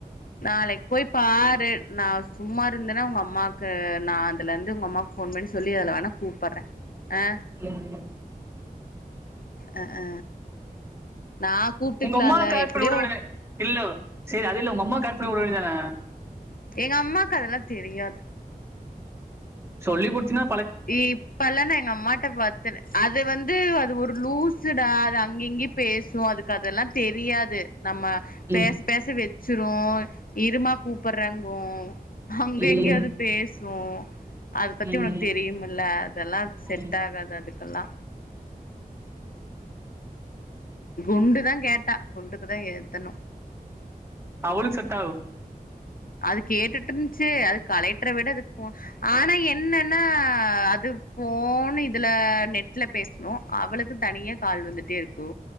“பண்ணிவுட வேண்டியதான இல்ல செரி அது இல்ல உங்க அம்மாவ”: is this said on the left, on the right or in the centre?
Right